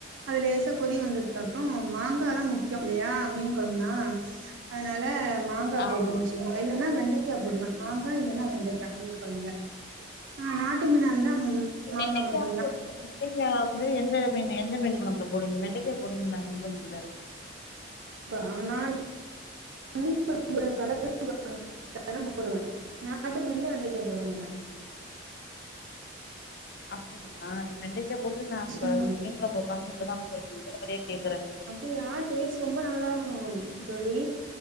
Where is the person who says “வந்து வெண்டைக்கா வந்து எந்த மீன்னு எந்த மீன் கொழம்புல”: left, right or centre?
Left